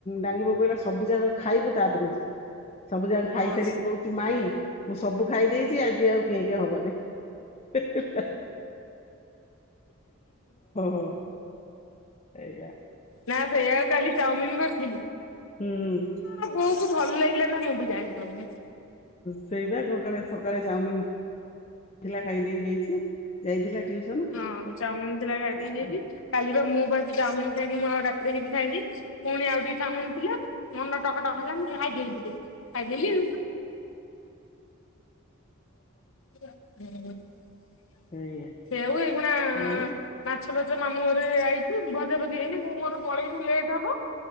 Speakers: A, on the left; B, on the left.
A: ଡାଙ୍ଗି ବୋଉ କହିଲା ସବୁ ଯାକ ଖାଇବୁ ତାପରେ ଯିବୁ। ସବୁ ଯାକ ଖାଇସାରିକି
B: ହଁ।
A: କହୁଛି ମାଇଁ ମୁଁ ସବୁ ଖାଇ ଦେଇଛି ଆଜି ଆଉ କେଁ କେଁ ହବନି। ହଁ, ହଁ। ସେଇଆ।
B: ନା ସେଇଆ କାଲି ଚାଉମିନ କରିଥିଲି।
A: ହୁଁ ହୁଁ।
B: ଆ ବୋଉ କୁ ଭଲ ଲାଗିଲା ନା ମୁଁ ବି ଜାଣିପାରୁନି।
A: ସେଇ ବା କାଳେ ସକାଳେ ଚାଉମିନଥିଲା ଖାଇଦେଇକି ଯାଇଛି ଯାଇଥିଲା ଟିଉସନ
B: ହଁ ଚାଉମିନ ଥିଲା ଖାଇଦେଇ
A: ଆଉ
B: ଯାଇଛି କାଲି ବା ମୁଁ ବା ଚାଉମିନ ଖାଇକି ମୁଁ ଆଉ ରେ କିଛି ଖାଇନି ପୁଣି ଆଉ ଟିକେ ଚାଉମିନ ଥିଲା ମନ ଟକଟକ ହେଲା ଖାଇ ଦେଲି। ଖାଇଦେଲି ଆଉ। ସେ
A: ସେଇଆ
B: ଆଉ ଏଗୁଡା।
A: ଆଉ
B: ମାଛ ଫାଛ ମାମୁଁ ଘରେ ଆଣିଛୁ ଭଜା ଭଜି ହେଇନି ମୁଁ ମୋର ପଳେଇବି ଲେଟ୍ ହବ।